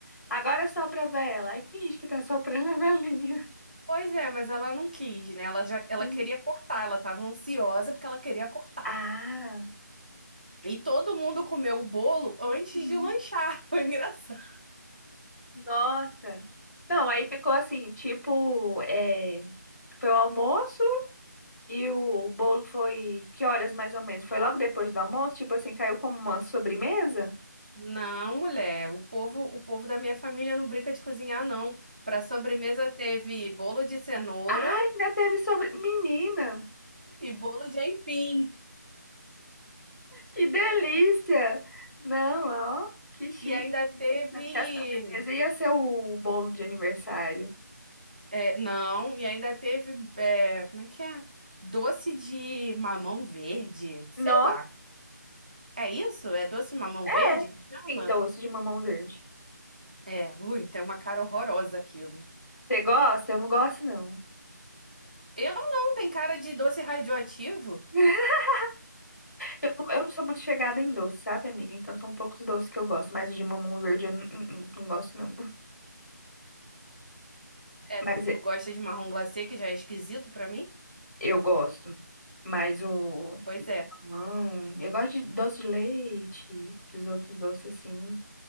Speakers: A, on the left (about 65°); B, on the right (about 25°).
A: Agora sopra a vela. Aí finge que tá soprando a <laughs> velinha.
B: Pois é, mas ela não quis, né? Ela já, ela
A: Hum.
B: queria cortar, ela tava ansiosa porque ela queria cortar.
A: Ah,
B: E todo mundo comeu o bolo antes
A: Uhum.
B: de lanchar. <laughs> Foi engraçado.
A: nossa. Não, aí ficou assim, tipo, é, foi o almoço e o bolo foi que horas mais ou menos? Foi logo depois do almoço? Tipo assim, caiu como uma sobremesa?
B: Não, mulher, o povo, o povo da minha família não brinca de cozinhar, não. Para sobremesa teve bolo de cenoura
A: Ah, ainda teve sobre... Menina,
B: e bolo de aipim.
A: que delícia! Não, ó, que chique.
B: E ainda teve.
A: Eu Pensando que a sobremesa ia ser o bolo de aniversário.
B: É, não, e ainda teve, é, como é que é? Doce de mamão verde, sei
A: Nossa!
B: lá. É isso? É doce de mamão
A: É,
B: verde que chama?
A: sim, doce de mamão verde.
B: É, ui, tem uma cara horrorosa aquilo.
A: Você gosta? Eu não gosto, não.
B: Eu não, tem cara de doce radioativo.
A: <laughs> Eu, não- eu não sou muito chegada em doce, sabe, amiga? Então são poucos doces que eu gosto, mas o de mamão verde eu não, não, não- não gosto, não.
B: É,
A: Mas é-
B: tu gosta de marrom glacê, que já é esquisito pra mim?
A: eu gosto. Mas o
B: Pois é.
A: mamão, eu gosto de doce de leite, esses outros doces assim.